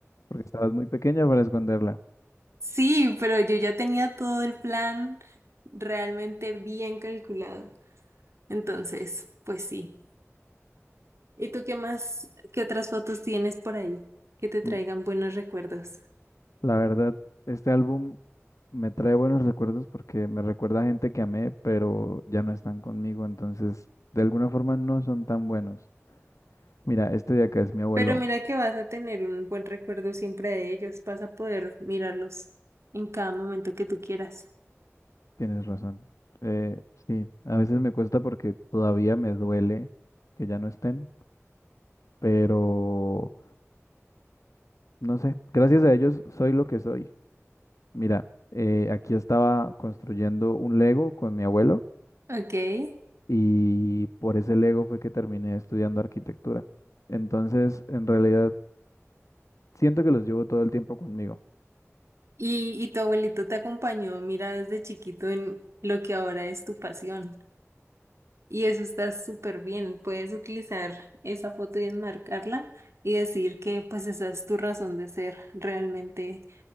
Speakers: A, on the left; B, on the right.
A: porque estabas muy pequeña para esconderla.
B: Sí, pero yo ya tenía todo el plan realmente bien calculado. Entonces, pues sí. ¿Y tú qué más, qué otras fotos tienes por ahí que te traigan
A: Mm,
B: buenos recuerdos?
A: La verdad, este álbum me trae buenos recuerdos porque me recuerda a gente que amé, pero ya no están conmigo, entonces de alguna forma no son tan buenos. Mira, este de acá es mi abuelo,
B: Pero mira que vas a tener un buen recuerdo siempre de ellos, vas a poder mirarlos en cada momento que tú quieras.
A: tienes razón. Eh, sí, a veces me cuesta porque todavía me duele que ya no estén, pero no sé, gracias a ellos soy lo que soy. Mira, eh, aquí estaba construyendo un Lego con mi abuelo.
B: Ok. ¿Y,
A: y por ese Lego fue que terminé estudiando arquitectura. Entonces, en realidad, siento que los llevo todo el tiempo conmigo.
B: y tu abuelito te acompañó, mira, desde chiquito en lo que ahora es tu pasión? Y eso está súper bien. Puedes utilizar esa foto y enmarcarla y decir que pues esa es tu razón de ser realmente